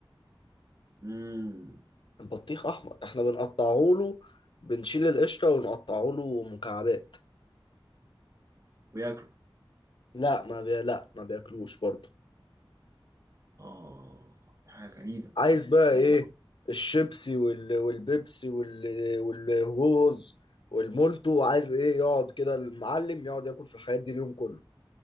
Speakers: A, on the right; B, on the left.
A: امم
B: البطيخ احمر احنا بنقطعه له بنشيل القشره ونقطعه له مكعبات
A: وياكل
B: لا ما بي... لا ما بياكلوش برضه
A: اه حاجه غريبه
B: عايز بقى
A: يعني
B: ايه الشيبسي وال... والبيبسي وال... والهوز والمولتو عايز ايه يقعد كده المعلم يقعد ياكل في الحاجات دي اليوم كله